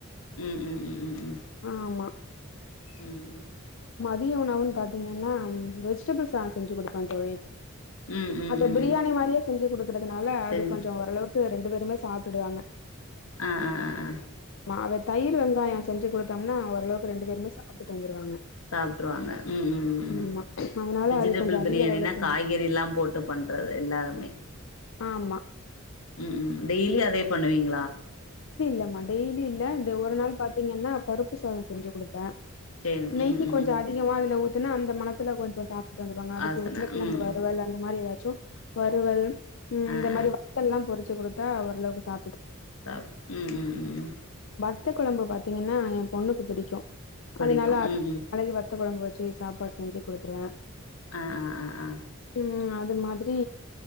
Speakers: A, on the left; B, on the left.
A: உம் உம் உம் உம்
B: ஆமா
A: உம்
B: தியோ உணவுன் பாத்தீங்கன்னா வெஜிடபிள்ஸ் அ செஞ்சு குடுப் ஆஹ் தோழி
A: ம் ம்
B: அத
A: ம்
B: பிரியாணி
A: ம்
B: மாரியே செஞ்சு குடு ன்றதனால
A: செரி
B: அது கொஞ்சோ ஒரளவு ட்டு ரெண்டு பேருமே சாப்ட்டுடுவாங்க
A: அ அ அ அ
B: அவ தயிர் வெங்காயோ செஞ்சு குடுத்தம்னா ஒரளவுக்கு ரெண்டு பேருமே சாப்டுட்டு வந்துருவாங்க
A: சாப்ட்டுருவாங்க உம் உம் உம்
B: ஆமா அதனால
A: வெஜிடபிள்
B: அது கொஞ்சோ அதிக
A: பிரியாணினா
B: அளவுல செய்வே
A: காய்கறி எல்லாம் போட்டு பண்றது எல்லாமே
B: ஆமா
A: உம் உம் டெய்லி அதே பண்ணுவீங்ளா
B: லெமன் டெய்லி இல்ல த ஒரு நாள் பாத்தீங்கன்னா பருப்பு சாதோ செஞ்சு குடுப்பே
A: சரி
B: நெய்க்கு
A: ம் ம்
B: கொஞ்ச
A: ம்
B: அதிகமா அதுல ஊ த்துனா அந்த மணத்துல கொஞ்சோ சா ட்டு வந்துருவாங்க அதுக்கு
A: ஆசன
B: உருளகிழங்கு
A: ம் ம்
B: வருவல் அந்த மாரி எதா ச்சு வறுவல் உம்
A: ஆ
B: அந்த மாரி
A: ஆ
B: வத்தல்லா பொரு ச்சு குடுத்தா ஒ ரளவுக்கு சா
A: சாப் உம் உம் உம் உம்
B: த்த கொழம்பு பாத்தீங்கன்னா எ பொண்ணுக்கு பிடிக்கு
A: புடிக்கு
B: அதனால
A: ம் ம்
B: <inaudible> வத்த கொழம்பு வெ ச்சி சாப்பாடு செஞ்சி குடுத்துருவே
A: ஆ ஆ ஆ ஆ
B: உம் அ அது மாதிரி